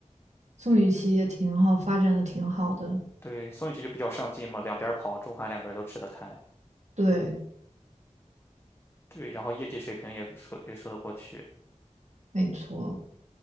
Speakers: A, on the right; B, on the left.
A: 宋雨琦也挺好，发展的挺好的。
B: 对，宋雨琦就比较上进嘛，两边儿跑，中韩两边儿都吃得开。
A: 对，
B: 对，然后业绩水平也说也说得过去。
A: 没错。